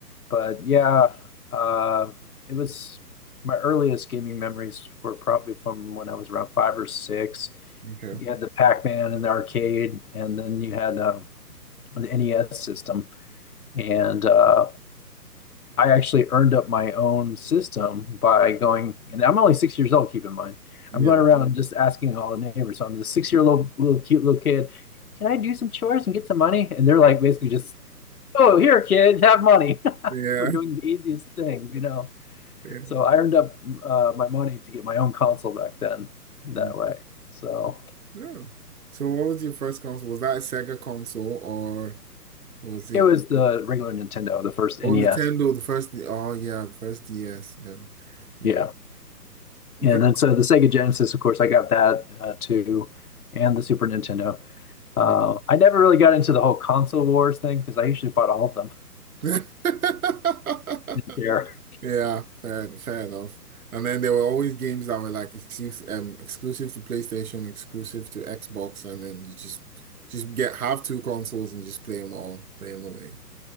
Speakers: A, on the left; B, on the right.
A: But yeah, uh, it was my earliest gaming memories were probably from when I was around five or six.
B: Okay.
A: You had the Pac-Man in the arcade, and then you had uh, the NES system. And uh, I actually earned up my own system by going, and I'm only six years old, keep in mind.
B: Yeah.
A: I'm going around and just asking all the neighbors. So I'm the six-year-old little cute little kid. Can I do some chores and get some money? And they're like basically just, oh, here, kid, have money <laughs>
B: Yeah.
A: for doing the easiest things, you know.
B: <laughs> Yeah.
A: So I earned up uh, my money to get my own console back then that
B: Mm.
A: way. So
B: Yeah. So what was your first console? Was that a Sega console or was it?
A: it was the regular Nintendo, the first
B: Oh,
A: NES.
B: Nintendo, the first. Oh, yeah, the first DS. Yeah, yeah.
A: Yeah.
B: I
A: And
B: think.
A: then so the Sega Genesis, of course, I got that uh, too, and the Super Nintendo. Uh,
B: Yeah.
A: I never really got into the whole console wars thing because I usually bought all of them.
B: <laughs>
A: <laughs> Didn't care.
B: Yeah, fair, fair enough. And then there were always games that were like exclusive, um, exclusive to PlayStation, exclusive to Xbox, and then you just just get have two consoles and just play them all, play them away.